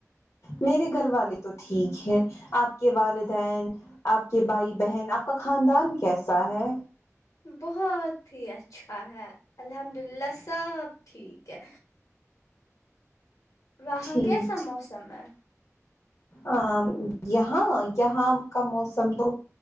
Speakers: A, on the left (about 65°); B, on the left (about 80°).
A: میرے گھر والے تو ٹھیک ہے آپ کے والدین آپ کے بھائی بہن آپ کا خاندان کیسا ہے
B: بہت ہی اچھا ہے الحمد للہ سب ٹھیک ہے وہاں
A: ٹھیک
B: کیسا موسم ہے
A: ا یہا یہا کا موسم تو